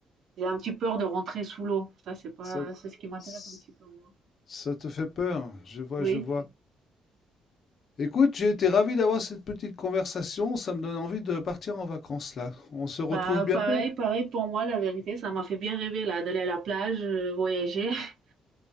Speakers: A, on the right (about 70°); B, on the left (about 60°).
A: J'ai un petit peur de rentrer sous l'eau. Ça, c'est pas,
B: Ça,
A: c'est ce qui m'intéresse
B: s-
A: un petit peu moins.
B: ça te fait peur, je vois,
A: Oui.
B: je vois. Écoute, j'ai été ravi d'avoir cette petite conversation. Ça me donne envie de partir en vacances là. On se retrouve
A: Bah,
B: bientôt.
A: pareil, pareil pour moi, la vérité, ça m'a fait bien rêver là, d'aller à la plage, euh, voyager. <laughs>